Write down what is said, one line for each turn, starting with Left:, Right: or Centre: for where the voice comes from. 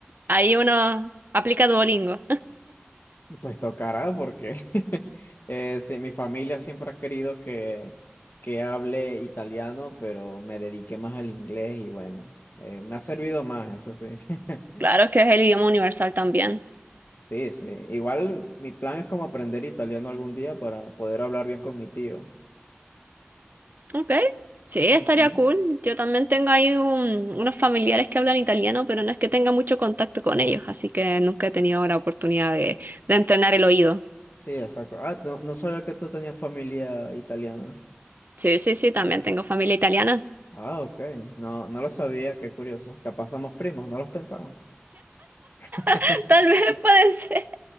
Right: ahí uno aplica Duolingo.
Left: Pues tocará porque <laughs> eh, sí, mi familia siempre ha querido que, que hable italiano, pero me dediqué más al inglés y bueno, eh, me ha servido más, eso sí. <laughs>
Right: Claro que es el idioma universal también.
Left: Sí, sí. Igual mi plan es como aprender italiano algún día para poder hablar bien con mi tío.
Right: Ok, sí, estaría
Left: Ujú.
Right: cool. Yo también tengo ahí un- unos familiares que hablan italiano, pero no es que tenga mucho contacto con ellos, así que nunca he tenido la oportunidad de de entrenar el oído.
Left: Sí, exacto. Ah, no, no sabía que tú tenías familia italiana.
Right: Sí, sí, sí, también tengo familia italiana.
Left: Ah, ok. No, no lo sabía, qué curioso. Capaz somos primos, no los pensamos. <laughs>
Right: <laughs> Tal vez puede ser.